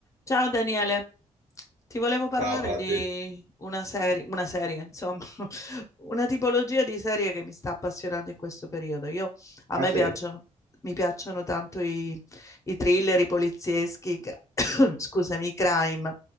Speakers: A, on the left (about 25°); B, on the right (about 80°).
A: Ciao Daniele, ti volevo parlare
B: Ah, Patti.
A: di una serie, una serie, insomma, <laughs> una tipologia di serie che mi sta appassionando in questo periodo. Io, a
B: Ah,
A: me
B: sì?
A: piacciono, mi piacciono tanto i, i thriller, i polizieschi, i cra- <coughs> scusami, i crime.